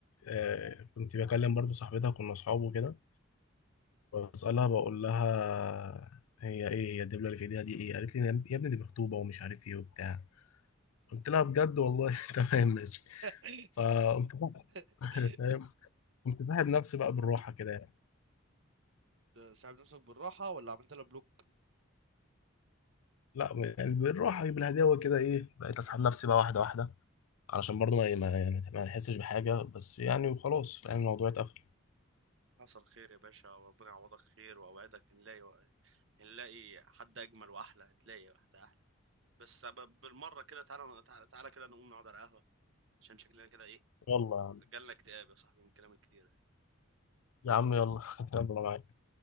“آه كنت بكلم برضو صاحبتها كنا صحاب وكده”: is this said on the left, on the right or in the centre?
Left